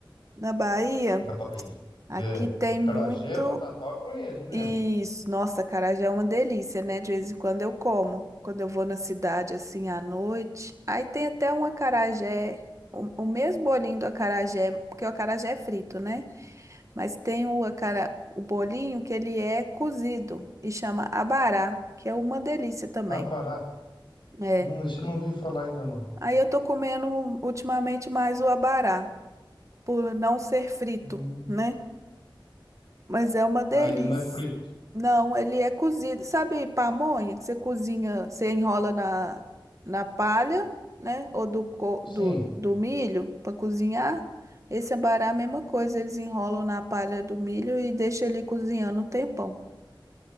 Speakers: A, on the right; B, on the left.
A: Na Bahia,
B: na Bahia?
A: aqui
B: É,
A: tem muito
B: acarajé, vatapá, eu conheço, eu lembro.
A: isso. Nossa, acarajé é uma delícia, né? De vez em quando eu como. Quando eu vou na cidade assim à noite. Aí tem até um acarajé, o, o mesmo bolinho do acarajé, porque o acarajé é frito, né? Mas tem o acara, o bolinho que ele é cozido e chama abará, que é uma delícia também.
B: Abará.
A: É.
B: Hum, esse eu não ouvi falar ainda não.
A: Aí eu tô comendo ultimamente mais o abará, por não ser frito,
B: Hum.
A: né? Mas é uma delícia.
B: Ah, ele não é frito.
A: Não, ele é cozido. Sabe pamonha que você cozinha, você enrola na, na palha, né? Ou do, co-
B: Sim.
A: do, do milho para cozinhar? Esse abará é a mesma coisa, eles enrolam na palha do milho e deixam ele cozinhando um tempão.